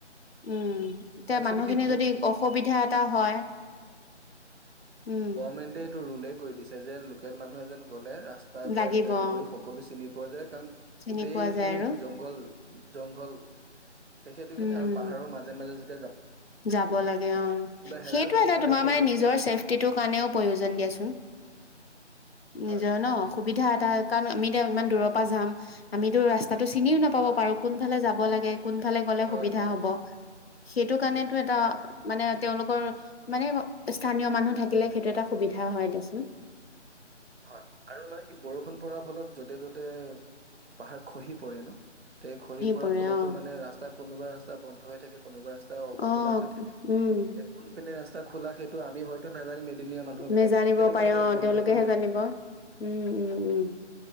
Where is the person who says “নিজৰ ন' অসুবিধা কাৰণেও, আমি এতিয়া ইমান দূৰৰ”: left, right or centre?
Left